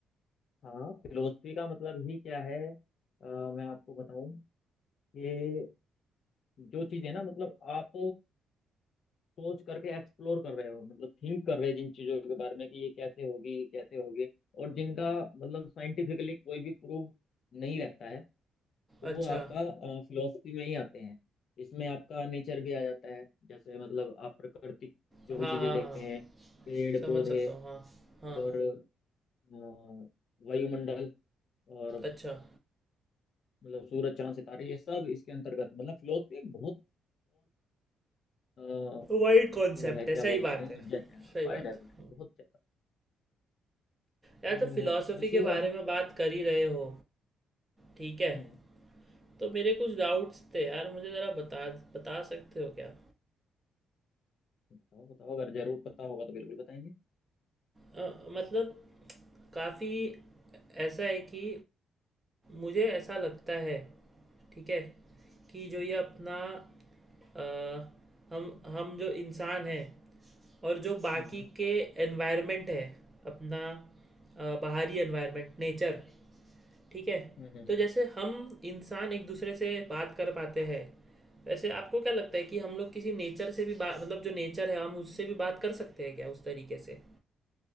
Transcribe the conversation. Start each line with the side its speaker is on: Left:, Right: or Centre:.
Left: हाँ फिलोसफी का मतलब ही क्या है अ, मैं आपको बताऊं कि जो चीजें ना मतलब आप सोच करके एक्सप्लोर कर रहे हो मतलब थिंक कर रहे हो जिन चीजों के बारे में कि ये कैसे होगी ये कैसे होगी और जिनका मतलब साइंटिफिकली कोई भी प्रूफ नहीं रहता है तो
Right: अच्छा
Left: वो आपका फिलोसफी में ही आते हैं इसमें आपका नेचर भी आ जाता है जैसे मतलब आप प्राकृतिक जो
Right: हाँ
Left: भी चीजें
Right: हाँ
Left: देखते
Right: हाँ
Left: हैं पेड़
Right: समझ
Left: पौधे
Right: सकता हूँ हाँ हाँ
Left: और अ, वायुमंडल और
Right: अच्छा
Left: मतलब सूरज चांद सितारे ये सब इसके अंतर्गत मतलब फिलोसफी एक बहुत ब्रॉड
Right: वाइड कॉन्सेप्ट
Left: वो है क्या
Right: है सही
Left: बोलते
Right: बात
Left: हैं सब्जेक्ट
Right: है
Left: है
Right: सही
Left: वाइड
Right: बात
Left: है wide,
Right: है।
Left: बहुत ज्यादा
Right: यार
Left: तो
Right: तो फिलॉसफी
Left: बस
Right: के
Left: ये
Right: बारे
Left: है इसमें
Right: में बात कर ही रहे हो ठीक है
Left: हम्म
Right: तो मेरे कुछ डाउट्स थे यार मुझे ज़रा बता बता सकते हो क्या
Left: बताओ बताओ अगर जरूर पता होगा तो बिल्कुल बताएंगे
Right: अ, मतलब काफ़ी ऐसा है कि मुझे ऐसा लगता है ठीक है कि जो ये अपना अ, हम हम जो इंसान हैं और जो बाकी
Left: हम्म
Right: के एनवायरनमेंट है अपना अ, बाहरी एनवायरनमेंट नेचर ठीक है
Left: हम्म हम्म,
Right: तो जैसे हम इंसान एक दूसरे से बात कर पाते हैं वैसे आपको क्या लगता है कि हम लोग किसी नेचर से भी बात मतलब जो नेचर है हम उससे भी बात कर सकते हैं क्या उस तरीके से